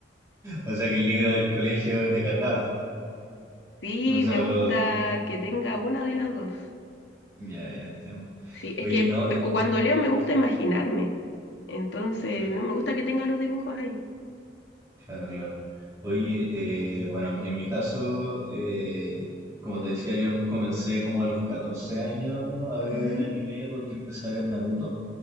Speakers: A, on the right (about 20°); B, on the left (about 85°).
A: O sea que el libro del colegio te cargaba.
B: Sí,
A: No sé,
B: me
A: por
B: gusta
A: lo...
B: que tenga una de las dos.
A: Ya, ya entiendo.
B: Sí, es
A: Oye,
B: que,
A: no,
B: es
A: eh,
B: que cuando leo me gusta imaginarme. Entonces,
A: cla-
B: no me gusta que tenga los dibujos ahí.
A: claro, claro. Oye,
B: Mm.
A: eh, bueno, en, en mi caso, eh, como te decía, yo comencé como a los 14 años a ver
B: Ujú.
A: anime porque empecé a ver Naruto.